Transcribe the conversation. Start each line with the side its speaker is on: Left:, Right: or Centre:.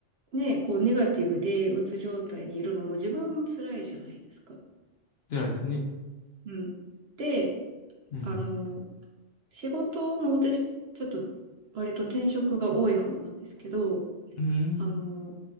Right: ね、こうネガティブでうつ状態にいるのも自分も辛いじゃないですか。
Left: 辛いですね。
Right: うん。で、
Left: うん。
Right: あの、仕事も私、ちょっと割と転職が多い方なんですけど、
Left: うん。
Right: あの、